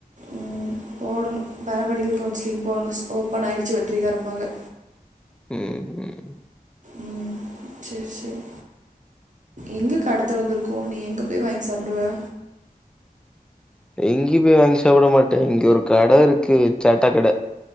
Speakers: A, on the right (about 55°); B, in the centre.
A: ம். போடணும். பேராமெடிக்கல் கவுன்சிலிங் போட்ணு ஓப்பன் ஆயிடுச்சு வெற்றிகரமாக
B: ம் ம்
A: ம் சேர் சேர் எங்க கட தொறந்துருக்கு நீ எங்க போய் வாய்ங் சாப்புடுவே
B: எங்கியு போய் வாங்கி சாப்பிட மாட்டே இங்க ஒரு கட இருக்கு தட்டக்கட